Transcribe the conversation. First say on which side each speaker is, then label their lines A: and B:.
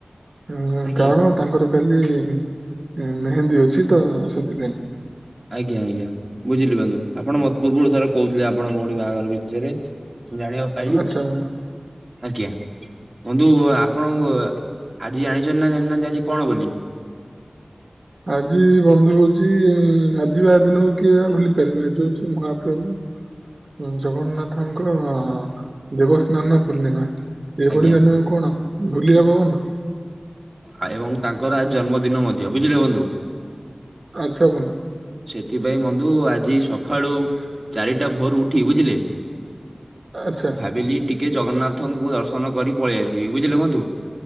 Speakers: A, on the right (about 70°); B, on the right (about 35°).
A: ହଁ
B: ଆଜ୍ଞା
A: କାରଣ ତାଙ୍କର କାଲି ଏ -ମେହେନ୍ଦୀ ଅଛି ତ ସେଥିପାଇଁ।
B: ଆଜ୍ଞା ଆଜ୍ଞା ବୁଝିଲି ବାନ୍ଧୁ ଆପଣ ମତ୍ ପୂର୍ବରୁ ଥରେ କହୁଥିଲେ ଆପଣ ଭଉଣୀ ବାହାଘର ବିଷୟରେ। ମୁଁ ଜାଣିବାକୁ ପାଇଲି
A: ଆଚ୍ଛା ବନ୍ଧୁ
B: ଆଜ୍ଞା। ବନ୍ଧୁ ଆପଣ ଆଜି ଜାଣିଛନ୍ତି ନା ଜାଣିନାହାନ୍ତି ଆଜି କଣ ବୋଲି।
A: ଆଜି ବନ୍ଧୁ ହଉଛି ଆଜିିବା ଦିନକୁ କିଏ ବା ଭୁଲି ପାରିବେ ଆଜି ହଉଛି ମହାପ୍ରଭୁ। ଅ - ଜଗନ୍ନାଥଙ୍କ ଦେବସ୍ନାନ ପୂର୍ଣ୍ଣିମା। ଏଇଭଳି
B: ଆଜ୍ଞା
A: ଧାନୁକୁ କଣ ଭୁଲିହବ ବନ୍ଧୁ।
B: ଆ ଏବଂ ତାଙ୍କର ଆଜି ଜନ୍ମଦିନ ମଧ୍ୟ ବୁଝିଲେ ବଂଧୁ।
A: ଆଚ୍ଛା ବନ୍ଧୁ।
B: ସେଥିପାଇଁ ବନ୍ଧୁ ଆଜି ସଖାଳୁ। ଚାରିଟା ଭୋରୁ ଉଠି ବୁଝିଲେ।
A: ଆଚ୍ଛା
B: ଭାବିଲି ଟିକେ ଜଗନ୍ନାଥଙ୍କୁ ଦର୍ଶନ କରି ପଳେଇ ଆସିବି ବୁଝିଲେ ବନ୍ଧୁ।